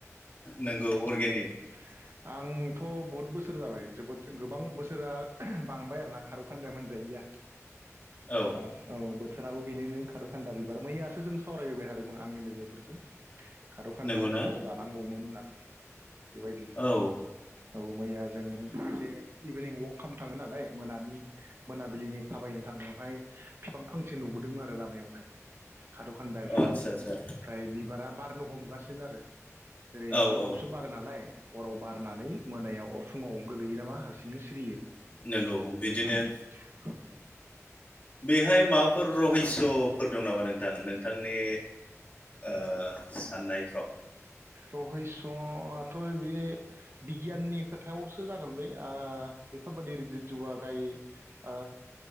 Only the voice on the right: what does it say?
नंगौ आं थ' बहुद बोसोर जाबाय जोबोद गोबां बोसोरा बांबाय आरोना खार'खान्दाया मोनजायैया
दा ओ औ बोथोराबो बेनिनो खारौखान्दा बिबार मैयासो जों सावरायबोबाय थादोंमोन आंनि लोगोफोरजों खार'खान्दा
बिबार जानांगौमोन होननानै बेबायदि
औ मैया जों मोनसे इभिनिं वाक खालामनो थांङो नालाय मोनानि मोनाबिलिनि थाबायनो थांनायावहाय बिफां फांसे नुबोदोंमोन आरो लामायावहाय खाद'खान्दाय बिफां
ओमफ्राय
बिबारा बारनो हमगासिनो आरो जेरै
हराव
सो बारो नालाय हराव बारनानै मोनायाव अ फुंङाव गोलैयो नामा हारसिंनो सिरियो
उम।
रहैस' आथ' बे बिगियाननि खोथायावसो जागोन बे ओ बेफोरबायदि रुजुथुवा गाय ओ